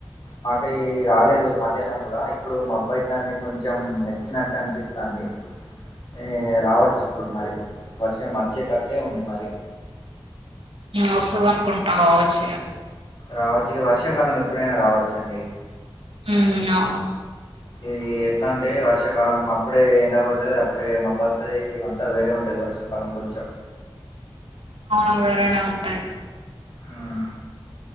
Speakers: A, on the left; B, on the right.
A: మాకేయి రాలేదు మధ్యాహ్నం కూడా. ఇప్పుడు మబ్బు అయితాంది కొంచెం మెర్చినట్టు అనిపిస్తాం ది ఏ రావచ్చు ఇప్పుడు మరి వర్షం అచ్చేటట్టే ఉంది మరి.
B: ఆ వస్తదనుకుంట కావచ్చు ఇగా.
A: రావచ్చు ఇగ వర్షాకాలం ఎప్పుడైనా రావచ్చండి.
B: హ్ అవును.
A: ఇది ఎట్లా అంటే వర్షాకాలం అప్పుడే ఎండ కొడుతది, అప్పుడే మబ్బు అస్తది అంతా వేరే ఉంటది వర్షాకాలం కొంచెం.
B: అవును వేరేనే ఉంటది.
A: ఉమ్,